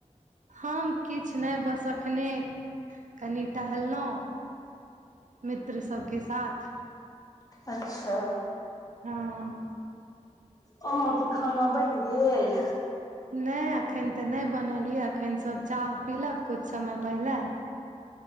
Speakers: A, on the right; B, on the left.
A: हम किछ नहि बसखने कनि टहलहुँ मित्र सबके साथ
B: अच्छा
A: हँ
B: अहाँके खाना बनि गेल
A: नहि एखन तऽ नहि बनल यऽ अखन सभ चाह पीलक किछु समय पहिले